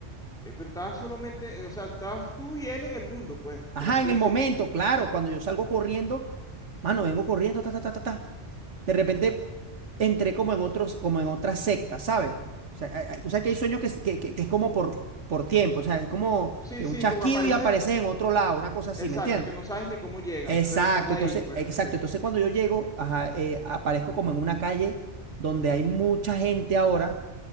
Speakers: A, in the centre; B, on the right.
A: Eh, pero estabas solamente, eh, o sea, estabas tú y él en el mundo, pues,
B: Ajá,
A: por así
B: en
A: decirlo.
B: el momento, claro, cuando yo salgo corriendo, mano, vengo corriendo, ta, ta, ta, ta, ta. de repente entré como en otros, como en otras sectas, ¿sabes? O sea, hay- hay- tú sabes que hay sueños que, es- que, que- que es como por, por tiempo, o sea, es como
A: Sí,
B: que
A: sí,
B: un chasquido
A: como aparece.
B: y apareces en otro lado, una cosa así,
A: Exacto,
B: ¿me entiendes?
A: que no sabes ni cómo llegas,
B: Exacto,
A: pero estás ahí,
B: entonces,
A: pues,
B: exacto,
A: ok.
B: entonces cuando yo llego, ajá, eh, aparezco como en una calle donde hay mucha gente ahora